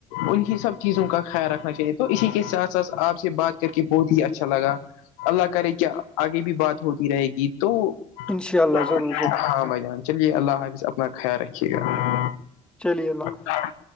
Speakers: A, on the left (about 80°); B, in the centre.
A: انیں سب چیزوں کا خیال رکھنا چاہیے تو اسی کے ساتھ ساتھ آپ سے بات کر کے بہت ہی اچھا لگا اللہ کرے کہ آگے بھی بات ہوتی رہے گی تو
B: ان شاء اللہ
A: ہاں
B: ضرور ضرور
A: بھائی جان چلیے اللہ حافظ اپنا خیال رکھیے گا
B: چلیے اللہ
A: ہاں